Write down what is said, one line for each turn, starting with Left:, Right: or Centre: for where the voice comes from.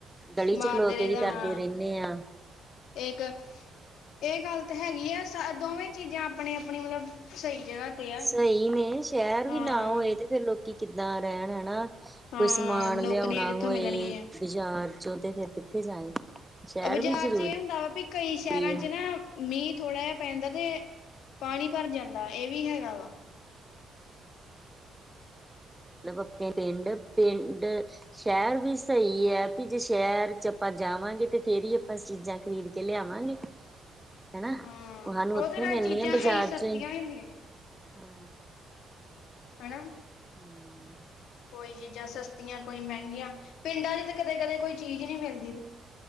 Centre: ਗਲੀ
Left: ਮਾਰਦੇ
Centre: ਚ ਖਲੋ
Left: ਰਹੀਦਾ
Centre: ਕੇ ਵੀ ਕਰਦੇ
Left: ਹਾਂ।
Centre: ਰਹਿੰਨੇ ਆਂ।
Left: ਇੱਕ ਇਹ ਗੱਲ ਹੈਗੀ ਐ ਸ ਦੋਵੇਂ ਚੀਜ਼ਾਂ ਆਪਣੇ ਆਪਣੀ ਮਤਲਬ ਸਈ ਜਗ੍ਹਾ ਤੇ ਆ।
Centre: ਸਹੀ ਨੇ ਸ਼ਹਿਰ
Left: ਹਾਂ
Centre: ਵੀ ਨਾ ਹੋਏ ਤੇ ਫੇਰ ਲੋਕੀ ਕਿੱਦਾਂ ਰਹਿਣ ਹੈਨਾ।
Left: ਹਾਂ
Centre: ਕੋਈ ਸਮਾਨ
Left: ਨੌਕਰੀਆਂ
Centre: ਲਿਆਔਨਾ
Left: ਕਿੱਥੋਂ
Centre: ਹੋਏ
Left: ਮਿਲਣਗੀਆਂ।
Centre: ਬਾਜ਼ਾਰ ਚੋਂ ਤੇ ਫੇਰ ਕਿੱਥੇ ਜਾਏ। ਸ਼ਹਿਰ
Left: ਬਾਜ਼ਾਰ
Centre: ਵੀ ਜ਼ਰੂਰੀ
Left: ਚ ਏ ਹੁੰਦਾ ਵਾ ਵੀ ਕਈ ਸ਼ਹਿਰਾਂ
Centre: ਆ
Left: ਚ ਨਾ ਮੀਂਹ ਥੋੜਾ ਜੇਆ ਪੈਂਦਾ ਤੇ ਪਾਨੀ ਭਰ ਜਾਂਦਾ ਏ ਵੀ ਹੈਗਾ ਵਾ।
Centre: ਮਤਲਬ ਆਪਨੇ ਪਿੰਡ ਪਿੰਡ ਸ਼ਹਿਰ ਵੀ ਸਹੀ ਐ। ਜੇ ਸ਼ਹਿਰ ਚ ਆਪਾਂ ਜਾਵਾਂਗੇ ਤੇ ਫੇਰ ਈ ਆਪਾਂ ਚੀਜ਼ਾਂ ਖ਼ਰੀਦ ਕੇ ਲਿਆਵਾਂਗੇ। ਹਨਾ।
Left: ਹੂੰ
Centre: ਉਹ ਸਾਨੂੰ ਉੱਥੇ
Left: ਔਧਰ
Centre: ਮਿਲਣੀਆਂ
Left: ਏ ਚੀਜ਼ਾਂ
Centre: ਬਾਜ਼ਾਰ
Left: ਕਈ ਸਸਤੀਆਂ
Centre: ਚੋਂ ਹੀ
Left: ਵੀ ਹੁੰਦੀਆਂ ਨੇ।
Centre: ਹਾਂ
Left: ਹੈਨਾ।
Centre: ਹੂੰ।
Left: ਕੋਈ ਚੀਜ਼ਾਂ ਸਸਤੀਆਂ, ਕਈ ਮਹਿੰਗੀਆਂ, ਪਿੰਡਾਂ 'ਚ ਤਾਂ ਕਦੇ- ਕਦੇ ਕੋਈ ਚੀਜ਼ ਨਹੀ ਮਿਲਦੀ।